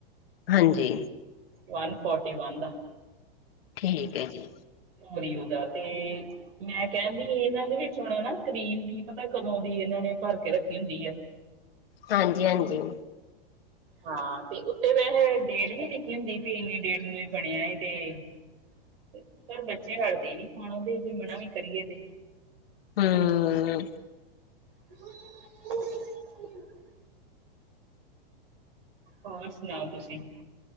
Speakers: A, on the left (about 75°); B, on the right (about 70°).
A: ਹਾਂਜੀ।
B: ਵਨ ਫੋਰਟੀ ਵਨ ਦਾ।
A: ਠੀਕ ਹੈ ਜੀ।
B: ਓਰੀਓ ਦਾ ਤੇ ਮੈਂ ਕਹਿਣਦੀ ਇਹਨਾਂ ਦੇ ਵਿੱਚ ਹੁਣ ਨਾ ਕਰੀਮ ਕੀ ਪਤਾ ਕਦੋਂ ਦੀ ਇਹਨਾਂ ਨੇ ਭਰ ਕੇ ਰੱਖੀ ਹੁੰਦੀ ਆ।
A: ਹਾਂਜੀ, ਹਾਂਜੀ।
B: ਹਾਂ ਤੇ ਉੱਤੇ ਵੈਸੇ ਡੇਟ ਵੀ ਲਿਖੀ ਹੁੰਦੀ ਵੀ ਇੰਨੀ ਡੇਟ ਨੂੰ ਵੀ ਬਣਿਆ। ਤੇ ਪਰ ਬੱਚੇ ਹਟਦੇ ਨੀ ਖਾਣੋ ਦੇ, ਜੇ ਮਨਾ ਵੀ ਕਰੀਏ ਤੇ।
A: ਹਮ।
B: <unintelligible> ਹੋਰ ਸੁਣਾਓ ਤੁਸੀਂ?